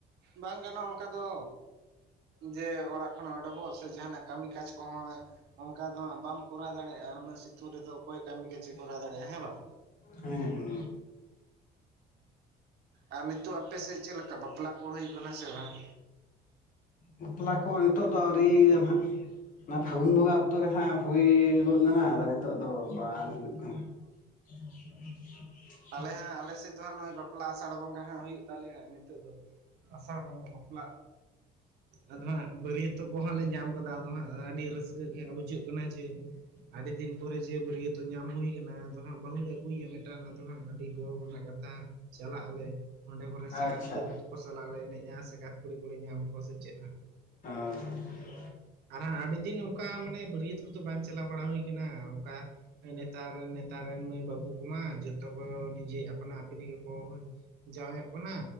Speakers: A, on the right; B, on the left.
A: ᱵᱟᱝ ᱜᱟᱱᱚᱜᱼᱟ ᱚᱱᱠᱟ ᱫᱚ ᱡᱮ ᱚᱲᱟᱜ ᱠᱷᱚᱱᱟᱜ ᱚᱰᱚᱜᱚᱜ ᱥᱮ ᱡᱟᱦᱟᱱᱟᱜ ᱠᱟᱹᱢᱤ ᱠᱟᱡᱽ ᱠᱚ ᱦᱚᱸᱭ ᱚᱱᱠᱟ ᱫᱚ ᱦᱟᱸᱜ ᱵᱟᱢ ᱠᱚᱨᱟᱣ ᱫᱟᱲᱮᱭᱟᱜᱼᱟ ᱩᱱᱟᱹᱜ ᱥᱤᱛᱩᱝ ᱨᱮᱫᱚ ᱚᱠᱚᱭ ᱠᱟᱹᱢᱤ ᱠᱟᱡᱮ ᱠᱚᱨᱟᱣ ᱫᱟᱲᱮᱭᱟᱜᱼᱟ ᱦᱮᱸ ᱵᱟᱝ
B: ᱦᱩᱸᱻ ᱦᱩᱸ
A: ᱟᱨ ᱱᱤᱛᱚᱜ ᱟᱯᱮ ᱥᱮᱜ ᱪᱮᱫ ᱞᱮᱠᱟ ᱵᱟᱯᱞᱟ ᱠᱚ ᱦᱩᱭᱩᱜ ᱠᱟᱱᱟ ᱥᱮ ᱵᱟᱝ?
B: ᱵᱟᱯᱞᱟ ᱠᱚ ᱱᱤᱛᱚᱜ ᱫᱚ ᱟᱹᱣᱨᱤ ᱭᱟ ᱱᱦᱟᱜ ᱚᱱᱟ ᱯᱷᱟᱹᱜᱩᱱ ᱵᱚᱸᱜᱟ ᱚᱠᱛᱚ ᱜᱮ ᱱᱷᱟᱜ ᱦᱩᱭ ᱜᱚᱫ ᱞᱮᱱᱟ ᱟᱫᱚ ᱱᱤᱛᱚᱜ ᱫᱚ ᱵᱟᱝ ᱦᱩᱭᱩᱜ ᱠᱟᱱᱟ <unintelligible>
A: ᱟᱞᱮ ᱦᱟᱸᱜ ᱟᱞᱮ ᱥᱮᱫ ᱫᱚ ᱱᱚᱜᱼᱚᱭ ᱵᱟᱯᱞᱟ ᱟᱥᱟᱲ ᱵᱚᱸᱜᱟ ᱦᱟᱸᱜ ᱦᱩᱭᱩᱜ ᱛᱟᱞᱮᱭᱟᱮ ᱱᱤᱛᱚ ᱫᱚ, ᱟᱥᱟᱲ ᱵᱚᱸᱜᱟ ᱵᱟᱯᱞᱟᱜ ᱟᱫᱚ ᱦᱟᱸᱜ ᱵᱟᱹᱨᱭᱟᱹᱛᱚᱜ ᱠᱚ ᱦᱟᱸᱜ ᱞᱮ ᱧᱟᱢ ᱜᱚᱫᱟ ᱦᱟᱸᱜ ᱟᱹᱰᱤ ᱨᱟᱹᱥᱠᱟᱹ ᱜᱮ ᱦᱟᱸᱜ ᱵᱩᱡᱷᱟᱹᱜ ᱠᱟᱱᱟ ᱡᱮ ᱟᱹᱰᱤ ᱫᱤᱱ ᱯᱚᱨᱮ ᱡᱮ ᱵᱟᱹᱨᱭᱟᱹᱛᱚᱜ ᱧᱟᱢ ᱦᱩᱭ ᱟᱠᱟᱱᱟ ᱟᱫᱚ ᱦᱟᱸᱜ ᱵᱟᱹᱦᱩ ᱞᱮ ᱟᱹᱜᱩ ᱮᱭᱟ ᱢᱤᱫᱴᱟᱱ ᱛᱚ ᱦᱟᱸᱜ ᱟᱹᱰᱤ ᱜᱚᱨᱚᱵᱽ ᱨᱮᱱᱟᱜ ᱠᱟᱛᱷᱟ ᱪᱟᱞᱟᱜ ᱟᱞᱮ ᱚᱸᱰᱮ ᱠᱚᱨᱮᱱ ᱥᱟᱸᱜᱟᱛ
B: ᱟᱪᱪᱷᱟ
A: ᱠᱩᱲᱤ ᱠᱚ ᱠᱚ ᱥᱟᱞᱟᱜ ᱞᱮ ᱮᱱᱮᱡᱼᱟ ᱥᱟᱝᱜᱟᱛ ᱠᱩᱲᱤ ᱠᱚᱞᱮ ᱧᱟᱢ ᱠᱚᱣᱟ ᱥᱮ ᱪᱮᱫ ᱦᱟᱸᱜ
B: ᱟᱻ
A: ᱟᱨ ᱦᱟᱸᱜ ᱟᱹᱰᱤ ᱫᱤᱱ ᱱᱚᱝᱠᱟ ᱢᱟᱱᱮ ᱵᱟᱹᱨᱭᱟᱹᱛ ᱠᱚᱫᱚ ᱵᱟᱝ ᱪᱟᱞᱟᱣ ᱵᱟᱲᱟ ᱦᱩᱭ ᱠᱟᱱᱟ ᱚᱝᱠᱟ ᱱᱮᱛᱟᱨ ᱱᱮᱛᱟᱨ ᱨᱮᱱ ᱢᱟᱹᱭ ᱵᱟᱹᱵᱩ ᱠᱚᱢᱟ ᱡᱚᱛ ᱛᱚ ᱜᱚ ᱱᱤᱡᱮ ᱟᱯᱱᱟ ᱟᱹᱯᱱᱤ ᱜᱮᱠᱚ ᱡᱟᱶᱟᱭ-ᱚᱜ ᱠᱟᱱᱟ